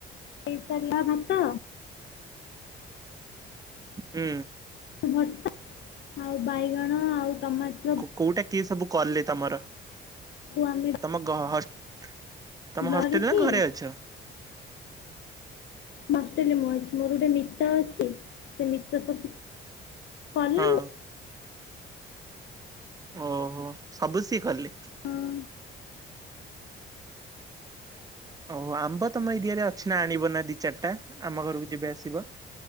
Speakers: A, on the left (about 65°); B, on the right (about 20°).
A: ଏଇ ପର୍ଲା ଭାତ।
B: ହୁଁ।
A: ଭର୍ଣ ଆଉ ବାଇଗଣ ଆଉ ଟମାଟ
B: କୋ କୋଉଟା କିଏ ସବୁ କଲେ ତମର
A: ତାକୁ ଆମେ
B: ତମ କ ହଷ୍ଟ୍ ତମ
A: ଧରିକି
B: ହଷ୍ଟେଲରେ ନା ଘରେ ଅଛ।
A: ବସ୍ତିଲି ମୁଁ ଆଜି ମୋର ଗୋଟେ ମିତ ଅଛି ସେ ମିତ ସବୁ କଲା
B: ହଁ
A: ମୁଁ
B: ଓହୋ ସବୁ ସି କଲେ?
A: ହଁ,
B: ଓହୋ ଆମ୍ବ ତମ ଏରିଆରେ ଅଛି ନା ଆଣିବ ନା ଦି ଚାରିଟା ଆମ ଘରକୁ ଯେବେ ଆସିବ।